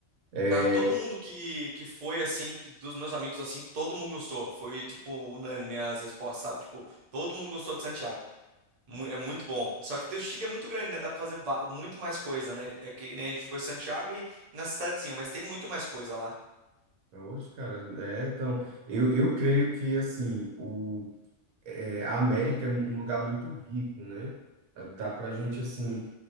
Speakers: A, on the right; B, on the right.
A: É,
B: Cara, todo mundo que, que foi, assim, que, dos meus amigos, assim, todo mundo gostou. Foi, tipo, unânime as respostas, sabe? Tipo, todo mundo gostou de Santiago. Mu- É muito bom. Só que o Chile é muito grande, né? Dá pra fazer ba- muito mais coisa, né? É que nem a gente foi em Santiago e na cidadezinha, mas tem muito mais coisa lá.
A: Oxe, cara, é, então, eu, eu creio que, assim, o, é, a América é um lugar muito rico, né? Dá pra gente, assim